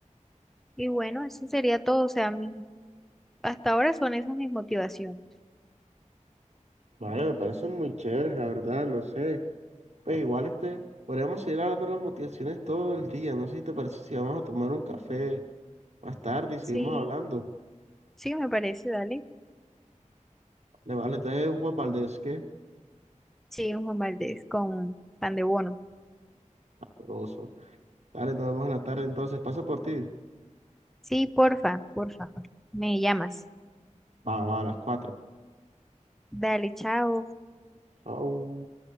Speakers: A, in the centre; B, on the right (about 55°).
A: Y bueno, eso sería todo. O sea, mi- hasta ahora son esas mis motivaciones.
B: Vale, me parecen muy chéveres, la verdad, no sé. Pues igual este, podríamos seguir hablando de las motivaciones todo el día. No sé si te parece si vamos a tomar un café más tarde y seguimos
A: Sí,
B: hablando.
A: sí, me parece, dale.
B: Le vale, entonces Juan Valdés, ¿qué?
A: Sí, un Juan Valdés con pan de bono.
B: Sabroso. Dale, nos vemos en la tarde entonces. Paso por ti.
A: Sí, porfa, porfa. Me llamas.
B: Va, va, a las cuatro.
A: Dale, chao.
B: Chau.